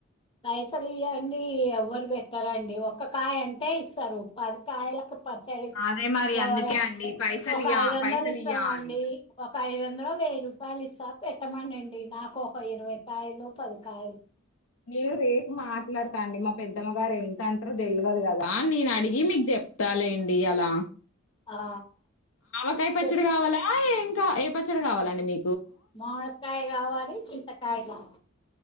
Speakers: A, on the left; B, on the left.
A: పైసలు ఇవ్వండి ఎవ్వరు పెట్టారండి ఒక కాయ అంటే ఇస్తారు పది కాయలకు ప చెరీ
B: అదే మరి
A: ఎవరో
B: అందుకే అండి పైసలు
A: ఒక
B: ఇయ్య
A: ఐదు వందలు
B: పైసలు
A: ఇస్తాము
B: ఇయ్యాలి
A: అండి ఒక ఐదు వందలు వెయ్యి రూప వాళ్ళు ఇస్తా పెట్టమనండి నాకు ఒక ఇరవై కాయలు పది కాయలు
B: మీరు రేపు మాట్లాడతా అండి మా పెద్దమ్మ గారు ఎంత అంటారో తెలియదు కదా నేను అడిగి మీకు చెప్తాాలండి అలా
A: ఆ
B: ఆవాకాయ పచ్చడి
A: చె
B: కావాల ఆ ఇంకా ఏ పచ్చడి కావాలండి మీ
A: మావిడికాయ్ కావాలి చింతకా కాయ కావా